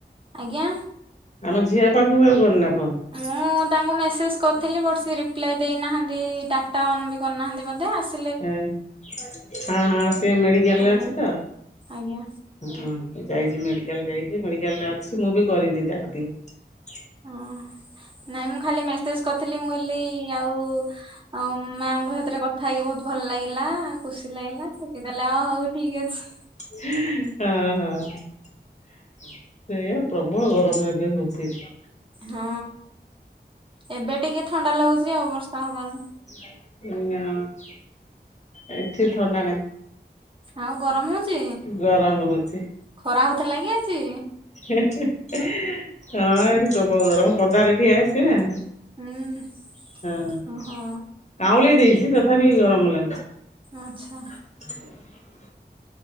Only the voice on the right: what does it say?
ଆଜ୍ଞା।
ମୁଁ ତାଙ୍କୁ ମେସେଜ୍ କରିଥିଲି ବଟ୍ ସେ ରିପ୍ଲାଏ ଦେଇନାହାନ୍ତି ଡାଟା ଅନ୍ ବି କର୍ ନାହାନ୍ତି ବୋଧେ ଆସ
ଆଜ୍ଞା
ଆଜ୍ଞା
ହଁ। ନାଇଁ ମୁଁ ଖାଲି ମେସେଜ୍ କରିଥିଲି ମୁଁ ଏଲି ଆଉ ଉଁ ମେମ୍ ଙ୍କ ସାଥିରେ କ ଥା ହେଇ ବହୁତ୍ ଭଲ୍ ଲାଗିଲା ଖୁସି ଲାଗିଲା ସେ କଲା ଅ ହଉ ଠିକ୍ ଅଛି।
ହଁ ଏବେ ଟିକେ ଥଣ୍ଡା ଲାଗୁଚି ଆଉ ବର୍ଷା ହବାରୁ।
ଆଉ ଗରମ ହଉଚି
ଖରା ହଉଥିଲା କି ଆଜି?
ହୁଁ।
ଓହୋ
ଆଚ୍ଛା।